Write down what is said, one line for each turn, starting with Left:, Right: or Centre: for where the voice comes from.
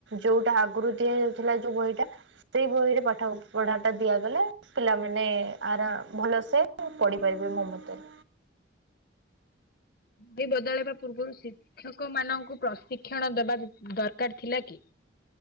Right: ଯୋଉଟା ଆଗରୁ ଦିଆଯାଉଥିଲା ଯୋଉ ବହିଟା। ସେଇ ବହିରେ ପାଠ ପଢାଟା ଦିଆଗଲେ ପିଲାମାନେ ଆରା ଭଲସେ ପଢିପାରିବ ମୋ ମତରେ।
Left: ବହି ବଦଳେଇବା ପୂର୍ବରୁ ସି ଶିକ୍ଷକ ମାନଙ୍କୁ ପ୍ରଶିକ୍ଷଣ ଦେବା ଦରକାର ଥିଲା କି?